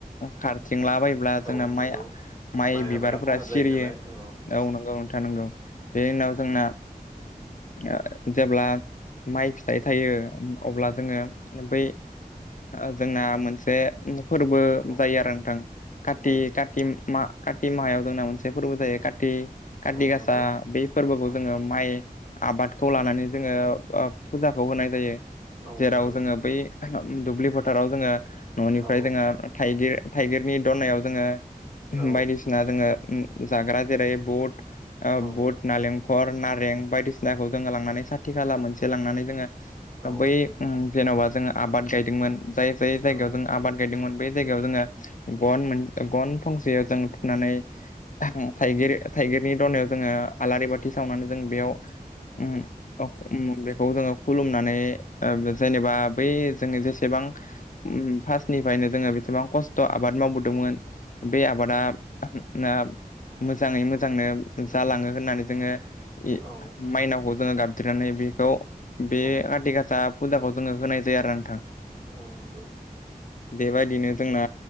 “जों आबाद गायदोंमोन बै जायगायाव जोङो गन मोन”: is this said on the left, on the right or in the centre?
Left